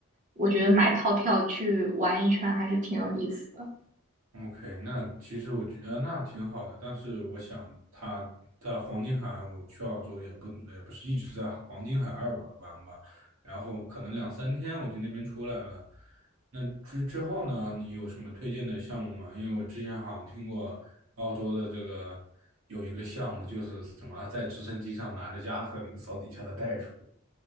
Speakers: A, on the right; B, on the right.
A: 我觉得买套票去玩一圈还是挺有意思的。
B: OK，那其实我觉得那挺好的，但是我想他在黄金海岸，我去澳洲也不也不是一直在黄金海岸玩玩吧，然后可能两三天我就那边出来了。那之之后呢，你有什么推荐的项目吗？因为我之前好像听过澳洲的这个有一个项目，就是什么在直升机上拿着加特林扫底下的袋鼠